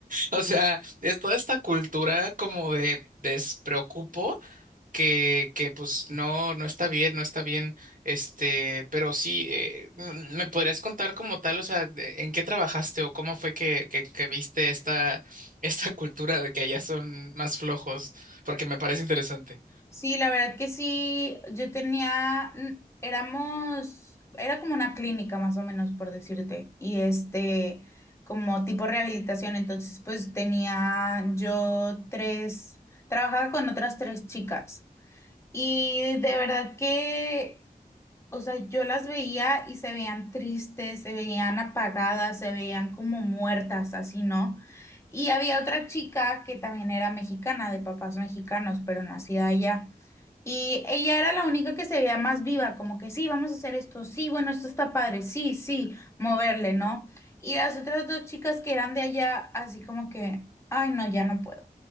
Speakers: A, on the right; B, on the left.
A: O sea, es toda esta cultura como de despreocupo que, que pues no, no está bien, no está bien, este, pero sí, eh, mm, ¿me podrías contar como tal, o sea, de- en qué trabajaste o cómo fue que, que, que viste esta, <laughs> esta cultura de que allá son más flojos? Porque me parece interesante.
B: Sí, la verdad que sí, yo tenía, mm, éramos, era como una clínica más o menos, por decirte, y este, como tipo rehabilitación, entonces pues tenía yo tres, trabajaba con otras tres chicas y de verdad que, o sea, yo las veía y se veían tristes, se veían apagadas, se veían como muertas, así, ¿no? Y había otra chica que también era mexicana, de papás mexicanos, pero nacida allá. Y ella era la única que se veía más viva, como que sí, vamos a hacer esto, sí, bueno, esto está padre, sí, sí, moverle, ¿no? Y las otras dos chicas que eran de allá, así como que, ay, no, ya no puedo.